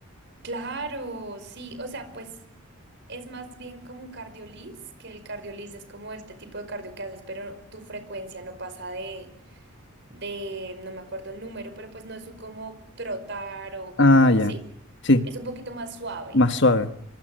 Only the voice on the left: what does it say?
Ah, ya.
Sí,
más suave.